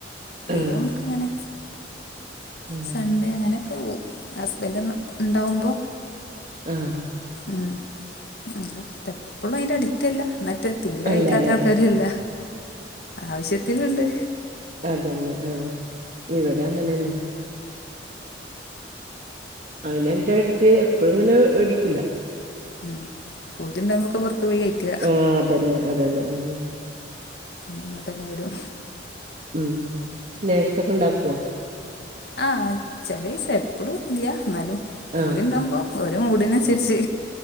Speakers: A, on the left; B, on the right.
A: ഫ്രീ
B: ആ
A: ആകുമ്പോ ഒക്കെ ഇങ്ങനെ.
B: ആ
A: സൺഡേ അങ്ങനെയൊക്കെ പോവും ഹസ്ബൻഡ് ണ്ടാവുമ്പോ?
B: ആഹ്
A: ഉ അങ്ങനെ എപ്പോഴും അതിന്റെ അടിററ് അല്ല. എന്നട്ട് തീരെ
B: അല്ലല്ലേ
A: കഴിക്കാത്ത ആൾക്കാരില്ല
B: ആ
A: ആവശ്യത്തിന്ണ്ട്.
B: അതെന്നെ ആഹ ഇവിടെ അങ്ങനെന്നാ അയിന് എന്റെ ഏടത്തി എപ്പഴും ഇങ്ങനെ അടിക്കൂല.
A: ഉം പുതി ഇണ്ടാവുമ്പോക്കെ പുറത്തു പോയി കഴിക്ക.
B: ആ അതന്നെ അതന്നെ ആഹ്
A: പിന്നെ ഇങ്ങോട്ടെന്നെ വെരും
B: ഉം സ്നാക്സ് ഒക്കെ ഒണ്ടാക്കുവോ?
A: ആഹ് ചെലേസം എപ്പളും ഇല്ല. ഇന്നാലും പൂതിണ്ടാമ്പോ
B: ആഹ്
A: ഒരോ മൂഡിനനുസരിച്ച്.